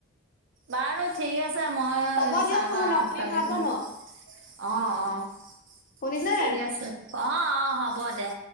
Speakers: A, on the right; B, on the left.
A: বাৰু ঠিক আ ছে মই
B: হ'ব দিয়ক
A: চাহ
B: নহ'লে
A: তাহ
B: আপুনি ভাত
A: <unintelligible>
B: বনাওক
A: অ', অ',
B: শুনিছে
A: ঠিক আছে অ', অ', হ'ব দে।